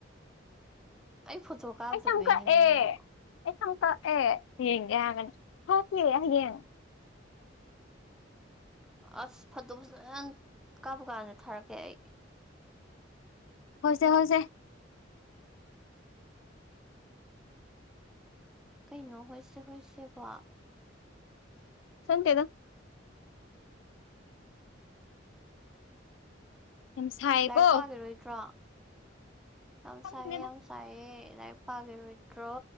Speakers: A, in the centre; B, on the left.
A: ꯑꯩ ꯐꯣꯇꯣ ꯀꯥꯞꯇꯕꯩꯅꯦ
B: ꯑꯩ ꯁꯝ ꯀꯛꯑꯦ
A: ꯅꯪꯕꯣ꯫
B: ꯑꯩ ꯁꯝ ꯀꯛꯑꯦ ꯌꯦꯡꯒꯦ ꯍꯥꯥꯔꯛꯀꯅꯤ ꯊꫭꯛꯇꯦ ꯍꯌꯦꯡ꯫
A: ꯑꯁ ꯐꯠꯗꯣ ꯐꯖꯟ ꯀꯥꯕ ꯀꯥꯟꯗ ꯊꯥꯔꯛꯀꯦ ꯑꯩ꯫
B: ꯍꫭꯏꯁꯦ-ꯍꫭꯏꯁꯦ꯫
A: ꯀꯩꯅꯣ ꯍꯣꯏꯁꯦ ꯍꯁꯦꯕꯣ꯫
B: ꯈꯪꯇꯦꯗ꯫ ꯌꯥꯝ ꯁꯥꯏꯌꯦꯀꯣ
A: ꯂꯥꯏꯔꯤꯛ ꯄꯥꯈꯤꯔꯣꯏꯗ꯭ꯔꯣ꯫ ꯌꯥꯝ
B: ꯈꯪꯗꯦꯗ
A: ꯁꯥꯏꯌꯦ ꯌꯥꯝ ꯁꯥꯏꯌꯦ ꯂꯥꯏꯔꯤꯛ ꯄꯥꯅꯤꯔꯣꯏꯗ꯭ꯔꯣ꯫